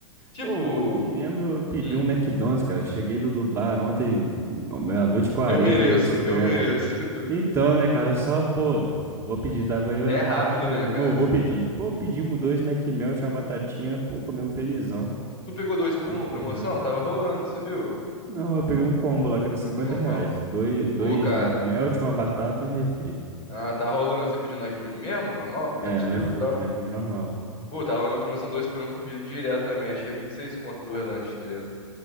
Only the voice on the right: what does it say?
Pô, ontem mesmo eu pedi
um McDonald's, cara. Cheguei do, do bar ontem, meia-noite e 40,
8h50.
Então, né, cara, só, pô, vou pedir, tá? Falei, minha
namorada,
falei,
amor,
vou pedir. Pô, pedimos dois McMelt, uma batatinha, pô, comemos felizão.
Papo
reto.
Não, eu peguei um combo lá, que era 50
reais.
Dois, dois
McMelt, uma batata e um refri.
É, no iFood,
no iFood normal.